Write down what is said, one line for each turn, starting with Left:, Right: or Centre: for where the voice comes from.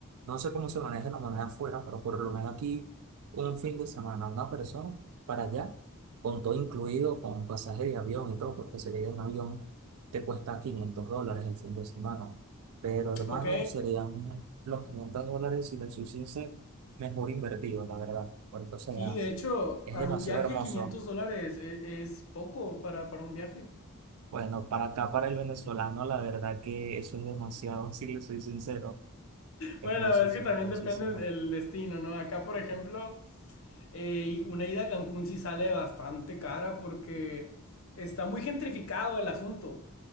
Right: no sé cómo se maneja la moneda afuera, pero por lo menos aquí un fin de semana, una persona para allá, con todo incluido, con pasaje de avión y todo, porque si llega en avión te cuesta 500 dólares el fin de semana. Pero hermano,
Left: ok,
Right: serían los 500 dólares si los hiciese mejor invertido, la verdad, porque o sea,
Left: Sí, de hecho,
Right: es
Left: para
Right: demasiado
Left: un viaje
Right: hermoso.
Left: 500 dólares e- es, poco para, para un viaje.
Right: Bueno, para acá, para el venezolano, la verdad que eso es demasiado, <laughs> si les soy sincero, es
Left: Bueno,
Right: muchísimo,
Left: es que también
Right: muchísimo.
Left: depende el, el destino, ¿no? Acá, por ejemplo, eh, una ida a Cancún sí sale bastante cara porque está muy gentrificado el asunto.